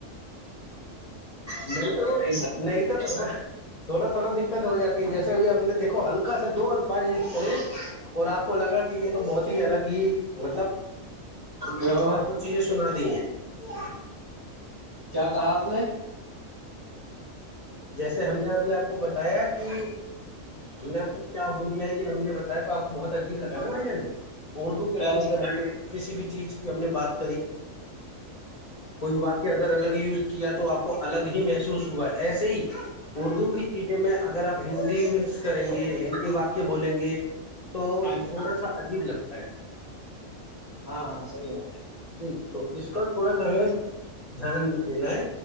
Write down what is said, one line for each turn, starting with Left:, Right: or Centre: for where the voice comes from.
Left: نہیں تو
Right: س
Left: نہیں تو تھوڑا تھوڑا تھوڑا دقت ہو جاتا جیسے بھی ہم نے دیکھو ہلکا سے دو الفاظ یوز کرے اور آپ کو لگا کہ یہ تو بہت ہی الگ ہی مطلب ہم نے
Right: ہیلو
Left: آپ کو چیزیں سنا دی ہیں سیا
Right: کیا کہا آپ نے
Left: جیسے ہم نے ابھی آپ کو بتایا کہ ہم نے آپ کو کیا ہو رہی ہے یہ ہم نے بتایا تو آپ کو بہت عجیب لگا نا بھائی جان اردو کے علاو
Right: ہاں جی
Left: رہ کسی بھی چیز کی ہم نے بات کری کوئی واقع اگر الگ یوز کیا تو آپ کو الگ ہی محسوس ہوا ہے ایسے ہی اردو کی چیزیں میں اگر آپ ہندی مکس کریں گے ہندی وااکع بولیں گے تو
Right: ہاں جی
Left: تھوڑا سا عجیب لگتا ہے
Right: ہاں ہاں سحی بات ہے
Left: جی تو اس کا تھوڑا سا ہمیں دھیان دینا ہے